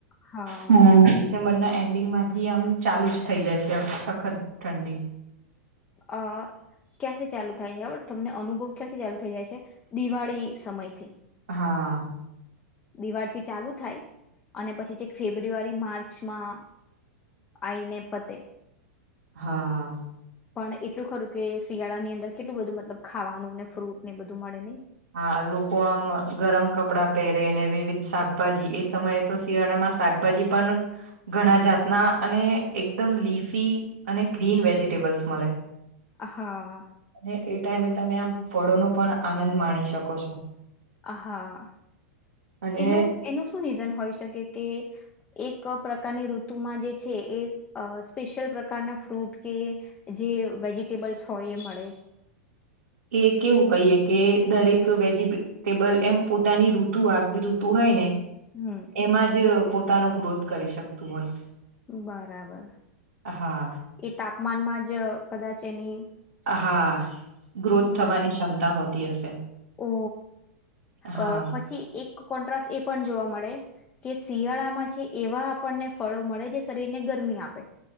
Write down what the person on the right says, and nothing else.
હમ્મ. ડિસેમ્બરના એન્ડિંગ માંથી આમ ચાલુ જ થઈ જાય છે સખત ઠંડી.
હા.
હા.
હા લોકો આમ ગરમ કપડા પહેરેને વિવિધ શાકભાજી એ સમયે તો શિયાળામાં શાકભાજી પણ ઘણા જાતના અને એકદમ લીફી અને ગ્રીન વેજીિટેબલ્સ મળે.
અને એ ટાઈમે તમે આમ ફળોનું પણ આનંદ માણી શકો છો.
અને
એ કેવું કહીએ કે દરેક વેજીિટેબલ એમ પોતાની ઋતુ આગવી ઋતુ હોય ને
એમાં જ પોતાનો ગ્રોથ કરી શકતું હોય.
હા
હા ગ્રોથ થવાની
ક્ષમતા હોતી હશે.
હા